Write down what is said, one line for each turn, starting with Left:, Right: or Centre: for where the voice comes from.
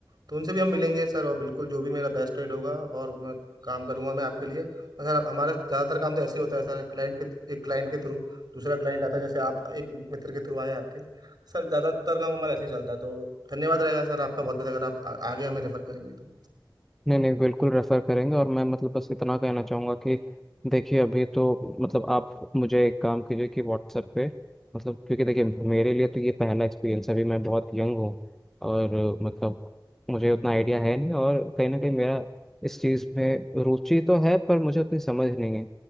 Right: तो उनसे भी हम मिलेंगे सर और बिल्कुल जो भी मेरा बेस्ट रेट होगा और मैं काम करूंगा मैं आपके लिए और सर हमारा ज़्यादातर काम तो ऐसे ही होता है सर क्लाइंट के एक क्लाइंट के थ्रू दूसरा क्लाइंट आता है जैसे आप एक मित्र के थ्रू आए आपके सर ज़्यादातर काम हमारा ऐसे ही चलता है तो धन्यवाद रहेगा सर आपका बहुत बहुत अगर आप आ- आगे हमें रेफर करेंगे तो
Centre: नहीं नहीं बिल्कुल रेफर करेंगे और मैं मतलब बस इतना कहना चाहूँगा कि देखिए अभी तो मतलब आप मुझे एक काम कीजिए कि व्हाट्सएप पे मतलब क्योंकि देखिए मेरे लिए तो ये पहला एक्सपीरियंस है अभी मैं बहुत यंग हूँ और अ, मतलब मुझे उतना आइडिया है नहीं और कहीं ना कहीं मेरा इस चीज़ में रुचि तो है पर मुझे उतनी समझ नहीं है